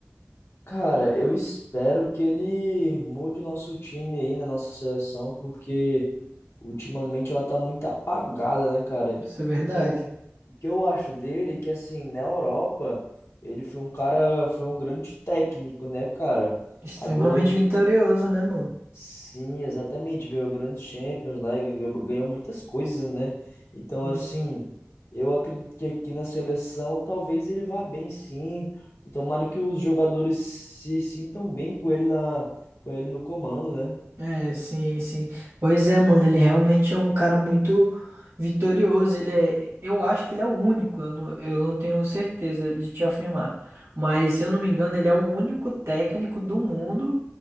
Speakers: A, on the left (about 65°); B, on the right (about 75°).
A: Cara, eu espero que ele mude nosso time aí, na nossa seleção, porque ultimamente ela tá muito apagada, né, cara?
B: Isso é verdade.
A: O que eu, o que eu acho dele é que, assim, na Europa, ele foi um cara, foi um grande técnico, né, cara?
B: Extremamente
A: Agora,
B: vitorioso, né, mano?
A: Sim, exatamente. Ganhou grandes Champions lá, e ganhou ganhou muitas coisas, né? Então,
B: Isso.
A: assim, eu acredito que aqui na seleção talvez ele vá bem, sim. E tomara que os jogadores se sintam bem com ele na, com ele no comando, né?
B: É, sim, sim. Pois é, mano, ele realmente é um cara muito vitorioso. Ele é, eu acho que ele é o único, eu não, eu não tenho certeza de te afirmar. Mas, se eu não me engano, ele é o único técnico do mundo